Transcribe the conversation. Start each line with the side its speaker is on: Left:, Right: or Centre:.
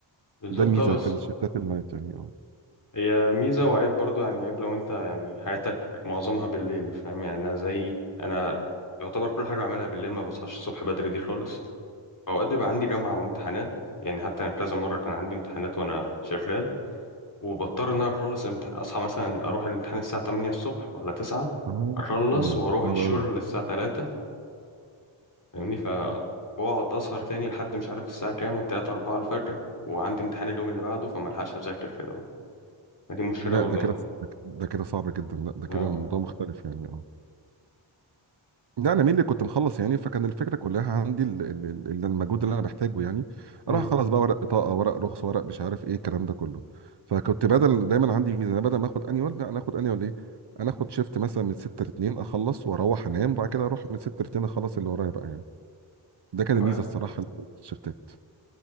Left: بالظبط
Right: ده الميزه
Left: اه بس
Right: في الشيفتات النايت يعني اه
Left: هي ميزة وعيب برضو يعني عيب لو أنت يعني حياتك معظمها بالليل فاهم يعني أنا زي أنا يعتبر كل حاجة بعملها بالليل ما بصحاش الصبح بدري دي خالص أوقات بيبقى عندي جامعة وامتحانات يعني حتى أنا كذا مرة كان عندي امتحانات وأنا شغال وبضطر إن أنا أخلص امتح... أصحى مثلا أروح الامتحان الساعة تمانية الصبح ولا تسعة
Right: اه
Left: أخلص وأروح
Right: ده صعب
Left: الشغل
Right: قوي
Left: الساعة تلاتة فاهمني فبقعد اسهر تاني لحد مش عارف الساعه كام 3 4 الفجر وعندي امتحان اليوم اللي بعده فملحقش اذاكر كده برضه ما دي مشكله
Right: لا
Left: برضه
Right: ده كده
Left: أنا.
Right: ده كده صعب جدا لا ده
Left: اه
Right: كده الموضوع مختلف يعني اه لا انا مين اللي كنت مخلص يعني فكان الفكره كلها عندي ال- ال- ال- ال- المجهود اللي انا بحتاجه يعني
Left: مم.
Right: اروح اخلص بقى ورق بطاقه ورق رخص ورق مش عارف ايه الكلام ده كله فكنت بدل دايما عندي ميزانيه بدل ما اخد انيول لا انا اخد انيول ايه انا اخد شيفت مثلا من 6 ل 2 اخلص واروح انام
Left: مم.
Right: وبعد كده اروح من 6 ل 2 اخلص اللي ورايا بقى يعني ده كان
Left: واحد
Right: الميزه الصراحه اللي في الشيفتات